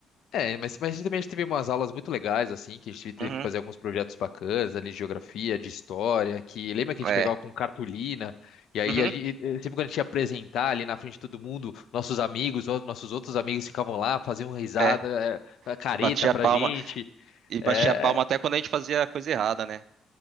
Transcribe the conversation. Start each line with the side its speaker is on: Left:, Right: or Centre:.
Left: É, mas, mas também a gente teve umas aulas muito legais, assim, que a gente teve
Right: Uhum,
Left: que fazer alguns projetos bacanas ali, de geografia, de história, que lembra que
Right: é.
Left: a gente pegava com cartolina, e aí
Right: Uhum,
Left: a gente, eh, sempre quando a gente ia apresentar ali na frente de todo mundo, nossos amigos, ou nossos outros amigos ficavam lá, faziam risada,
Right: é.
Left: é, careta
Right: E batia
Left: pra
Right: a palma,
Left: gente.
Right: e
Left: É,
Right: batia a palma até quando a gente fazia coisa errada, né?